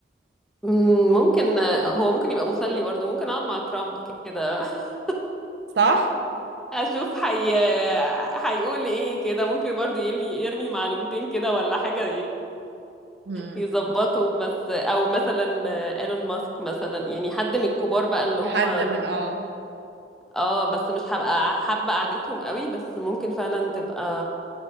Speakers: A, in the centre; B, on the right.
A: مم، ممكن هو ممكن يبقى مسلي برضو ممكن اقعد مع ترامب كده <laughs>
B: صح؟
A: اشوف حي هيقول ايه كده ممكن برضو يرمي يرمي معلومتين كده ولا حاجه
B: مم.
A: يظبطوا بس او مثلا ايلون ماسك مثلا يعني حد من الكبار بقى اللي
B: حد
A: هم
B: من اه
A: اه بس مش هبقى حابة قعدتهم قوي بس ممكن فعلا تبقى